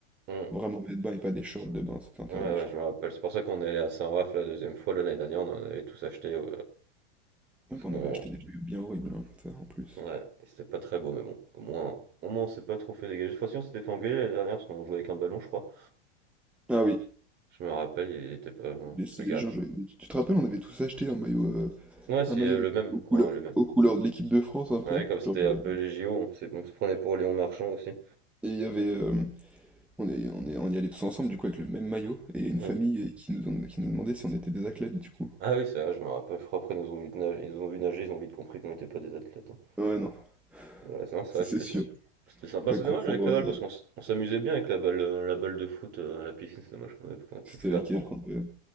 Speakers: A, on the right (about 30°); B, in the centre.
A: Mmh.
B: vraiment maillots de bain et pas des shorts de bain, c'était interdit
A: Ouais, ouais,
B: je crois.
A: je me rappelle. C'est pour ça qu'on est allé à Saint-Raph la deuxième fois. là, L'année dernière, on en avait tous acheté. euh,
B: Ah,
A: parce
B: bah,
A: qu'on.
B: on avait acheté des maillots bien horribles hein, ça, en plus.
A: Ouais, et c'était pas très beau, mais bon. Au moins, au moins on s'est pas trop fait dégager. Cette fois-ci, on s'était fait engueuler l'année dernière parce qu'on jouait avec un ballon, je crois.
B: Ah oui.
A: Je me rappelle, il était pas. euh,
B: laisser
A: le garde.
B: les gens, je- mais tu tu te rappelles, on avait tous acheté un maillot, euh,
A: Ouais, c'est
B: un maillot
A: euh, le même.
B: aux couleurs,
A: hein, le même.
B: aux couleurs de l'équipe de France un peu.
A: Ouais, comme c'était
B: Genre, euh,
A: un peu les JO, on, s'est- on se prenait pour Léon Marchand aussi.
B: et il y avait, euh, on est, on est, on y allait tous ensemble du coup avec le même maillot et une
A: Hum.
B: famille euh, qui nous, ont- qui nous demandait si on était des athlètes du coup.
A: Ah oui, c'est vrai, je me rappelle. Je crois après, ils nous ont vu de nage- ils nous ont vu nager, ils ont vite compris qu'on n'était pas des athlètes. hein.
B: Ouais non, <laughs>
A: Ouais, non, ça
B: c'est
A: restait
B: c'est sûr.
A: sympa. C'était sympa,
B: Faudrait
A: Bah, c'est dommage
B: confondre,
A: avec la balle
B: euh,
A: parce qu'on s- on s'amusait bien avec la balle, euh, la balle de foot euh, à la piscine, c'est dommage qu'on ait qu'on ait plus
B: c'était
A: pu la
B: avec
A: prendre.
B: elle quand euh,